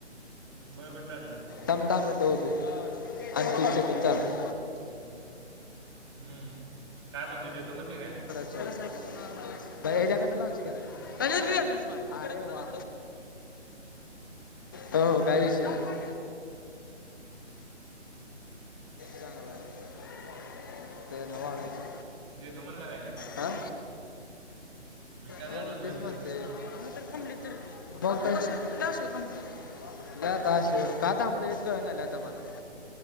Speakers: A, on the right (about 25°); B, on the left (about 15°).
A: बरं बरं चालतंय.
B: थांब, थांब मी ठेवतो. आणि तीस सेकंद चालतंय.
A: ् हम्म काय म्हणतोय देतो म्हणते काय?
B: भैय्या ह्याच्याकडनं लॉजिक आहे. हेजत बॅलन्स नाही अरे वा तो काय विषय नाही. चांगला आहे त्येनां वाढायची.
A: देतो म्हणला काय रे
B: ह
A: विचारला
B: हो
A: नव्हता
B: तेच
A: मित्र
B: म्हणते. थांबली तर कोणता विषय कोणत्या आशे वर थांबली. याच आशेवर का? थांबली हित कळना झालय आता मला.